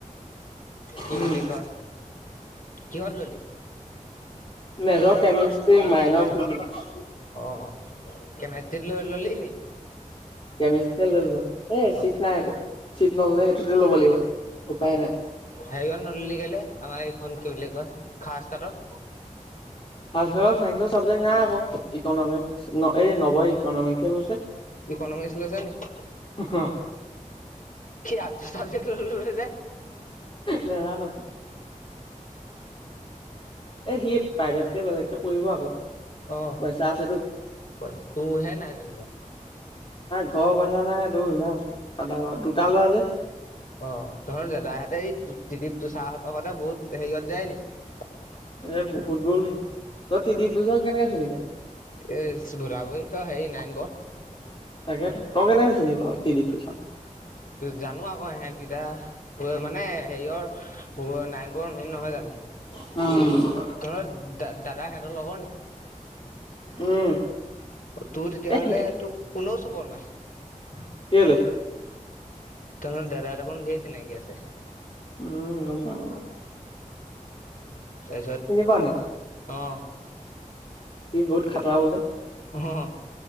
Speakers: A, on the left; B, on the left.
A: কি
B: উম
A: বুলি কয়, কিহত ললি?
B: Major chemistry minor physics.
A: অ কেমেষ্ট্ৰী লৈ ললি নি?
B: কেমিষ্ট্ৰি ললো। এ
A: অঁ
B: চিট নাই আকৌ চিট নললে সেইটোতে ল'ব লাগিব উপায় নাই।
A: হেৰিয়ান নদী গেলে আমাৰ এইখন কি বুলি কয় খাজ কাটত।
B: উ <inaudible> ফ কাৰৰ ছাইন্সৰ ছাবজেক্ট নাই আক ইকনমিক্স এই নৱয় ইকনমিক্স লৈছে <inaudible>
A: ইকনমিক্স লৈছে নেকি?
B: অঁ।
A: আৰ্টছৰ চাবজেক্ট ললে যে
B: নাজানো। এ' সি প্ৰাইভেটকে বেলেগকে পঢ়িব আকৌ।
A: অ'
B: পইচা আছেতো
A: তোৰহে নাই যেনিবা।
B: ঘৰ পইচা নাই তটো ইমানাদ দুটাাল লোৱা যে <inaudible>
A: অ', তহঁতৰ দাদাহঁতে, এই তিদিপ, তুচাহঁতৰ সৈতে বহুত হেৰিয়ত যায় নি?
B: এ, বহুত গ'ল সি। তই তিদিপ, তুচাক কেনেকে চিনি পালি?
A: এচ, <unintelligible> হেৰি, নাৰায়ণ পথ।
B: তাকেটো। তই কেনেকে চিনি পাৱ তিদিপ তুচাক?
A: জানো আকৌ, সহঁতকিটা। <unintelligible> মানে হেৰিয়ৰ, নাৰায়ণপুৰৰ মেইন নহয় জানো?
B: উম।
A: তহঁতৰ দা-দাদা সেহেঁতৰ লগৰ নি?
B: উম।
A: অ, তোৰ তেতিয়াহ'লে,
B: এ
A: তোক কোনেও চুব নোৱায়ে।
B: কেলে
A: তহঁতৰ দাদা দেখোন ধেৰ চিনাকি আছে?
B: উম, গ'ম পাব।
A: তাৰপিছত,
B: পাৱ নাই
A: অ'হ।
B: সি বহুত খাতৰা বোলে?
A: হ, হ।